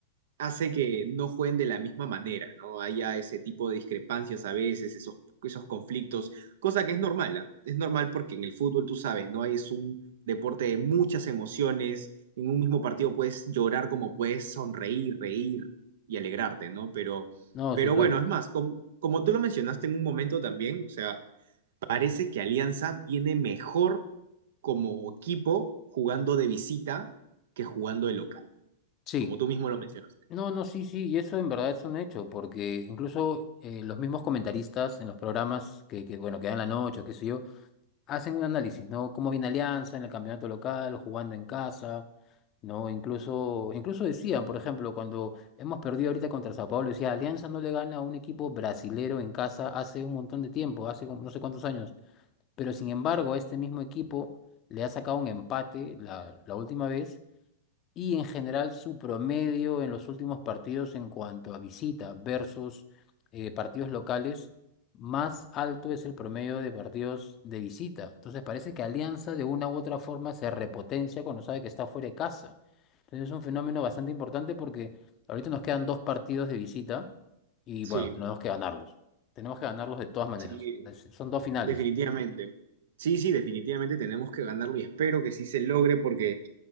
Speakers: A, on the right (about 75°); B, on the left (about 35°).
A: hace que no jueguen de la misma manera, ¿no? Haya ese tipo de discrepancias a veces, esos, esos conflictos, cosa que es normal, ¿ah? Es normal porque en el fútbol, tú sabes, ¿no? Es un deporte de muchas emociones, en un mismo partido puedes llorar como puedes sonreír, reír y alegrarte, ¿no? Pero,
B: No,
A: pero
B: sí, claro.
A: bueno, es más, com- como tú lo mencionaste en un momento también, o sea, parece que Alianza viene mejor como equipo jugando de visita que jugando de local,
B: Sí.
A: como tú mismo lo mencionaste.
B: No, no, sí, sí, y eso en verdad es un hecho, porque incluso eh, los mismos comentaristas en los programas que, que, bueno, que dan la noche, qué sé yo, hacen un análisis, ¿no? Cómo viene Alianza en el campeonato local, jugando en casa, ¿no? Incluso, incluso decían, por ejemplo, cuando hemos perdido ahorita contra Sao Paulo, decía, Alianza no le gana a un equipo brasilero en casa hace un montón de tiempo, hace como no sé cuántos años, pero sin embargo, a este mismo equipo le ha sacado un empate la, la última vez y en general su promedio en los últimos partidos en cuanto a visita versus eh, partidos locales, más alto es el promedio de partidos de visita. Entonces parece que Alianza de una u otra forma se repotencia cuando sabe que está fuera de casa. Entonces es un fenómeno bastante importante porque ahorita nos quedan dos partidos de visita y
A: Sí.
B: bueno, tenemos que ganarlos. Tenemos que ganarlos de todas maneras.
A: Sí,
B: Es- son dos finales.
A: definitivamente. Sí, sí, definitivamente tenemos que ganarlo y espero que sí se logre porque